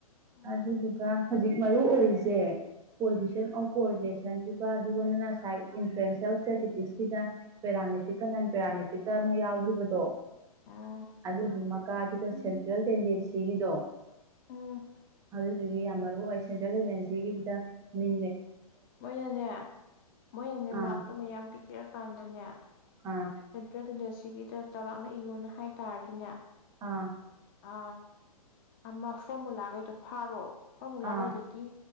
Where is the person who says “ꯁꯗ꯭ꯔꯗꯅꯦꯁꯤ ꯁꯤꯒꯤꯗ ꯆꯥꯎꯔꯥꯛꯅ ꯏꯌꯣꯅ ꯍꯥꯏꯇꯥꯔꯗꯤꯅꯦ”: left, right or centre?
Left